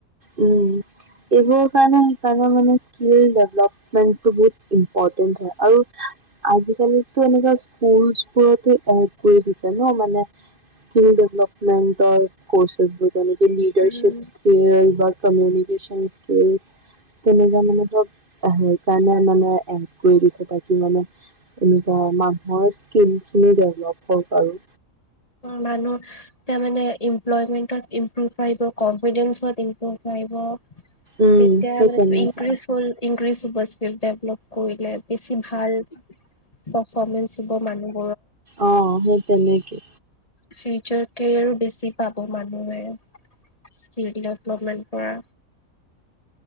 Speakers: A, on the right; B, on the left.
A: উম, এইবোৰৰ কাৰণে সেইকাৰণে মানে স্কিল ডেভেলপমেণ্টটো বহুত ইম্পৰ্টেণ্ট হয় আৰু আজিকালিতো স্কুলচ এড কৰি দিছে ন মানে স্কিল ডেভেলপমেণ্টৰ কৰ্চছ বোৰ যেনেক লিডাৰশিপ
B: উম
A: স্কিল বা কম্যউনিকেশ্যন স্কিলছ তেনেকুৱা মানে ধৰক সেইকাৰণে মানে এড কৰি দিছে তাকেমানে এনেকুৱা মানুহৰ স্কিলছখিনি ডেভলপ হওক আৰু৷
B: মানুহ তামানে ইমপ্লয়মেন্টত ইম্প্ৰুভ আহিব কনফিডেঞ্চত ইম্প্ৰুভ আহিব৷
A: উম
B: তেতিয়া
A: সেই
B: মানে
A: তেনেকা
B: ইনক্ৰিজ হ'ল ইনক্ৰিছ স্কিল ডেভলপ কৰিলে বেছি ভাল পৰফমেঞ্চ দিব মানুহে
A: অ সেই তেনেকে৷
B: ফিউচাৰ কেৰিয়াৰো বেছি পাব মানুহে৷ স্কিল ডেভলপমেণ্ট কৰা